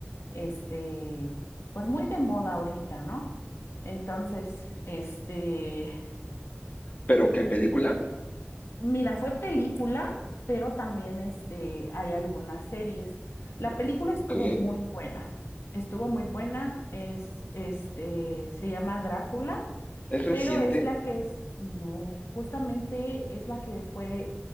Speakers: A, on the left; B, on the left.
A: este, pues muy de moda ahorita, ¿no? Entonces, este,
B: ¿Pero qué película?
A: Mira, fue película, pero también este, hay algunas series. La película
B: Ok.
A: estuvo muy buena. Estuvo muy buena. Es, este, se llama Drácula,
B: ¿Es reciente?
A: pero es la que es, no, justamente es la que fue